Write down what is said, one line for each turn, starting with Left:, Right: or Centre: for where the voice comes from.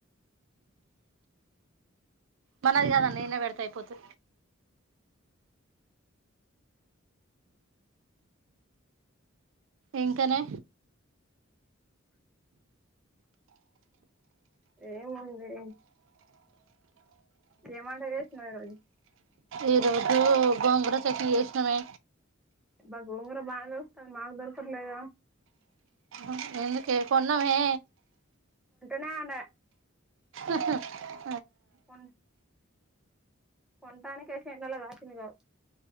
Right: మనది కాదండి నేనే పెడత అయిపోతే ఇంక్ తేనె
Centre: ఏముంది ఏం వంట చేసినవ్ ఈ రోజు
Right: ఈ రోజు గోంగూర చట్నీ చేసినమే
Centre: బా గొంగుర బాగా దొర్కుతాంది మాకు దొర్కట్లేగ
Right: అహ ఎందుకే కొన్నమే
Centre: నాద
Right: ఆహా
Centre: ఉ కోన్ కొంటానీ కైయి సెన్లలో కాసింది కావ్